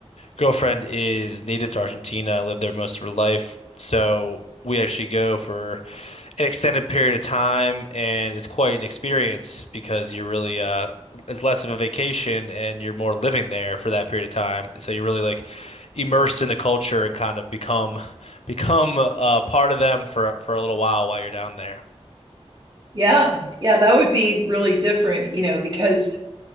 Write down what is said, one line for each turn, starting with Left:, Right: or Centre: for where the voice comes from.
Left: girlfriend is native to Argentina, lived there most of her life. So we actually go for an extended period of time, and it's quite an experience because you're really uh it's less of a vacation and you're more living there for that period of time. So you're really like immersed in the culture and kind of become become uh, part of them for for a little while while you're down there.
Right: Yeah, yeah, that would be really different, you know, because